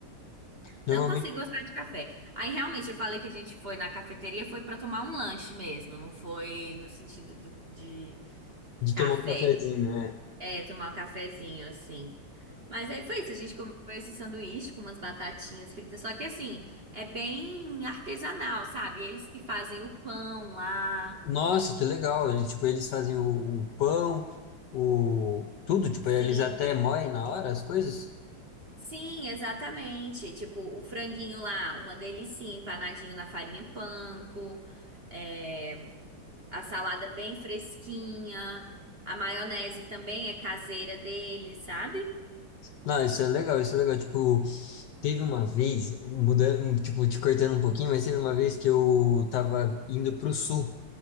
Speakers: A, on the left; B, on the right.
A: Normalmente
B: Não consigo gostar de café. Aí realmente eu falei que a gente foi na cafeteria, foi pra tomar um lanche mesmo, não foi no sentido do- de
A: de
B: café.
A: tomar um cafezinho, é.
B: É, tomar um cafezinho assim. Mas aí foi isso, a gente comeu esse sanduíche com umas batatinhas fritas, só que assim, é bem artesanal, sabe? Eles que fazem o pão lá.
A: Nossa, que legal. Ele, tipo, eles fazem o, o pão, o tudo, tipo,
B: Sim.
A: eles até moem na hora as coisas.
B: Sim, exatamente. Tipo, o franguinho lá, uma delícia, empanadinho na farinha panko. É... A salada bem fresquinha. A maionese também é caseira dele, sabe?
A: Não, isso é legal, isso é legal. Tipo, Teve uma vez, mudando, tipo, te cortando um pouquinho, mas teve uma vez que eu tava indo pro sul,